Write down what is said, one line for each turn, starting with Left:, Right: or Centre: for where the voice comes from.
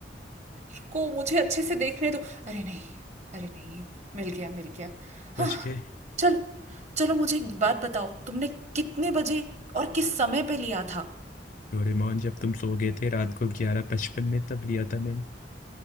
Right: रुको मुझे अच्छे से देखने दो अरे नहीं अरे नहीं मिल गया मिल गया हाँ
Left: बच गए
Right: चल चलो मुझे एक बात बताओ तुमने कितने बजे और किस समय पे लिया था
Left: डोरेमोन जब तुम सो गए थे रात को ग्यारह पचपन में तब लिया था मैंने